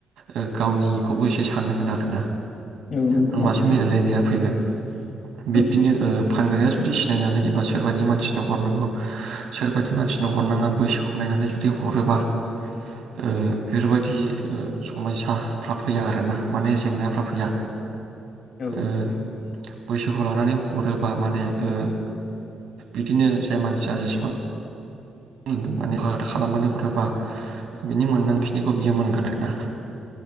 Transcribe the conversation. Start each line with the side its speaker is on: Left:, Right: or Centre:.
Right: ओ गावनिखौबो एसे साननांगोन आरो ना
Left: औ नंगौ
Right: होनबासो
Left: नोंथां
Right: मिलायलायनाया फैगोन बिब्दिनो
Left: औ
Right: फानग्राया जुदि सिनायनानै एबा सोरबादि मानसिनो हरनांगौ सोरबादि मानसिनो हरनाङा बैसोखौ नायनानै जुदि हरोबा ओ बेफोरबायदि ओ समयसाफ्रा फैया आरोना माने जेंनाफ्रा फैया।
Left: औ।
Right: ओ बैसोखौ लानानै हरोबा माने ओ बिदिनो जाय मानसिया जिसिबां <unintelligible> हरोबा बिनि मोन्दां खिनिखौ बियो मोनगोन आरोना